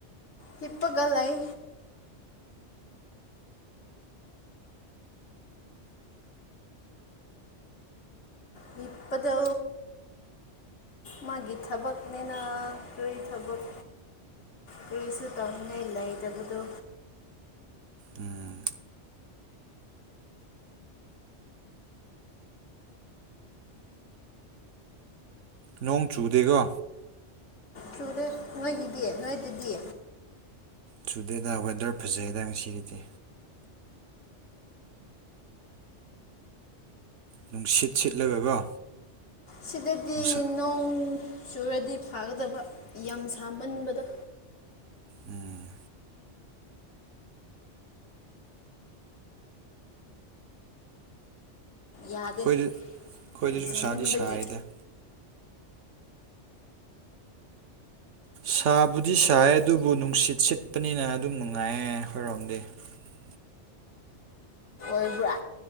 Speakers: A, on the left; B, on the right.
A: ꯍꯤꯞꯄꯒ ꯂꯩ ꯍꯤꯞꯄꯗꯣ ꯃꯥꯒꯤ ꯊꯕꯛꯅꯦꯅ ꯀꯔ꯭ꯤ ꯊꯕꯛ ꯀꯔ꯭ꯤꯁꯨ ꯇꯧꯅꯤꯉꯥꯏ ꯂꯩꯇꯕꯗꯨ
B: ꯎꯝ ꯅꯣꯡ ꯆꯨꯗꯦꯀꯣ
A: ꯆꯨꯔꯦ ꯅꯣꯏꯒꯤꯗꯤ ꯅꯣꯏꯗꯗꯤ
B: ꯆꯨꯗꯦꯗ ꯋꯦꯗꯔ ꯐꯖꯩꯗ ꯉꯁꯤꯒꯤꯗꯤ ꯅꯨꯡꯁꯤꯠ ꯁꯤꯠꯂꯒꯀꯣ
A: ꯁꯤꯗꯗꯤ
B: ꯅꯨꯡꯁꯥ
A: ꯅꯣꯡ ꯆꯨꯔꯗꯤ ꯐꯥꯒꯗꯕ ꯌꯥꯝ ꯁꯥꯃꯟꯕꯗꯣ
B: ꯎꯝ
A: ꯌꯥꯗꯦ
B: ꯈꯣꯏꯗ ꯈꯣꯏꯗꯁꯨ
A: ꯌꯥꯝ ꯁꯥꯃꯟꯕꯒꯤ
B: ꯁꯥꯗꯤ ꯁꯥꯏꯗ ꯁꯥꯕꯨꯗꯤ ꯁꯥꯏ ꯑꯗꯨꯕꯨ ꯅꯨꯡꯁꯤꯠ ꯁꯤꯠꯄꯅꯤꯅ ꯑꯗꯨꯝ ꯅꯨꯡꯉꯥꯏꯌꯦ ꯑꯍꯣꯏꯔꯣꯝꯗꯤ <unintelligible>
A: ꯃꯣꯏꯕ꯭ꯔꯥ